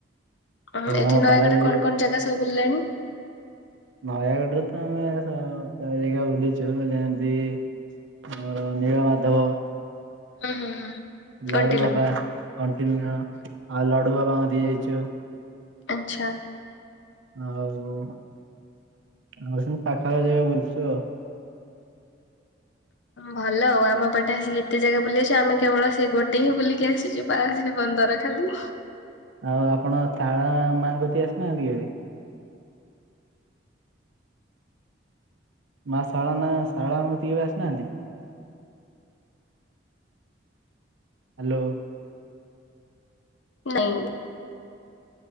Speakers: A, on the left; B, on the right.
A: ଆଉ ଏଠି
B: ଆମ
A: ନୟାଗଡରେ
B: ପାରାଦ୍ୱୀପରେ
A: କଣ କଣ ଜାଗା ସବୁ ବୁଲିଲାଣି?
B: ନୟାଗଡରେ ତ ଆମେ ସ ଜାଗାଏରିକ ବୁଲିଚୁ ଯେମିତି ଆମର ନୀଳ ମାଧବ।
A: ହୁଁ ହୁଁ ହୁଁ
B: ଲଡୁ
A: କଣ୍ଟିଲ
B: ବାବା, କଣ୍ଟିନ୍ୟ ଆଉ ଲଡୁ ବାବା କତିକି ଯାଇଚୁ।
A: ଆଚ୍ଛା
B: ଆଉ ଆଉ ସବୁ ପାଖା ପାଖି ଜାଗା ବୁଲଚୁ ଆଉ।
A: ଭଲ ଆଉ ଆମ ପଟେ ଆସିକି ଏତେ ଜାଗା ବୁଲି ଆସଚ ଆମେ କେବଳ ସେ ଗୋଟେ ହିଁ ବୁଲିକି ଆସିଚୁ। ବାଜୀ ବନ୍ଦର ଖାଲି।
B: ଆଉ ଆପଣ ତାଳା ମାଙ୍କ କତିକି ଆସିନାହାନ୍ତି କେବେ? ମା ଶାଳ ନା ଶଳାଙ୍କୁ କତିକି କେବେ ଆସିନାହାନ୍ତି? ହ୍ୟାଲୋ
A: ନାଇଁ